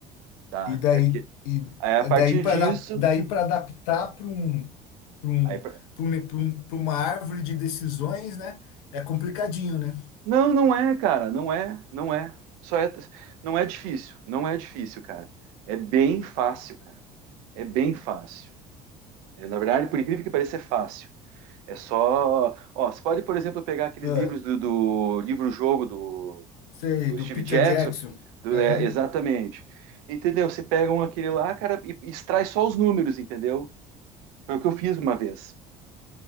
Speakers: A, on the right (about 70°); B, on the left (about 75°).
A: tá?
B: E daí, e
A: Aí a partir
B: daí para
A: disso,
B: daí para adaptar para um, para um,
A: aí
B: para um, pra um- pra uma árvore de decisões, né? É complicadinho, né?
A: não, não é, cara, não é, não é. Só é, não é difícil, não é difícil, cara. É bem fácil, cara. É bem fácil. É, na verdade, por incrível que pareça, é fácil. É só, ó, você pode, por exemplo, pegar aqueles
B: Ah,
A: livros do, do livro-jogo do,
B: sei,
A: do
B: do
A: Steve
B: Peter
A: Jackson,
B: Jackson.
A: do-
B: Aham.
A: é, exatamente. Entendeu? Você pega um aquele lá, cara, e extrai só os números, entendeu? Foi o que eu fiz uma vez.